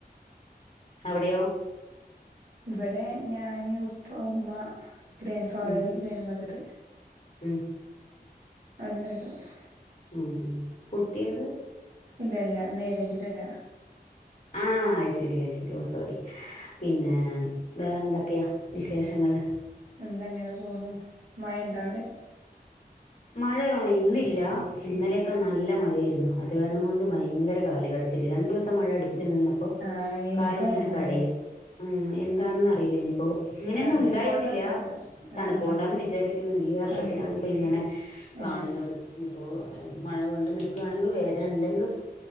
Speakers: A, on the left; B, on the right.
A: അവടെയോ
B: ഇവടെ ഞാന് ഉപ്പ ഉമ്മ ഗ്രാൻഡ് ഫാദർ
A: ഉം
B: ഗ്രാൻ് മദറ്
A: ഉം
B: <unintelligible>
A: ഉം ഉം കുട്ടിയെള്
B: ഇല്ലെല്ല മാരേജിട് അല്ല.
A: ആഹ് അയ്ശരി അയ്ശരി ഓ സോറി പിന്നേ വേറെ എന്തക്കെയാ വിശേഷങ്ങള്.
B: എന്തങ്ങനെ പോണു മയണ്ട അവടെ
A: മഴ ഇന്നില്ല ഇന്നലെയൊക്കെ നല്ല മഴയേര്ന്നു അത് കാരണംകൊണ്ട് ഭയങ്കര കാല് കട് ച്ചല് രണ്ടുസം മഴ അടുപ്പിച്ച് നിന്നപ്പോ
B: ആഹ് എനിക്കും
A: കാലിങ്ങനെ
B: അങ്ങനെ തന്നെ
A: കടയ്യ. ഉം എന്താണെന്ന് അറിയില്ല ഇനിയിപ്പോ. ഇങ്ങനെയൊന്നും
B: തണുപ്പോണ്ടാക്കാരം
A: ഉണ്ടായിരുന്നില്ലാ
B: ആഹ്
A: തണുപോണ്ടാന്ന്
B: ആഹ്
A: വിചാരി <unintelligible> ഈ വർഷത്തിലാണ്
B: തണു
A: ഇപ്പ ഇങ്ങനെ കാണുന്നത്.
B: ഏഹ്
A: ഞ്ഞിപ്പോ മഴ വീണ്ടും നിക്കാണങ്കി വേദനണ്ടെങ്ക്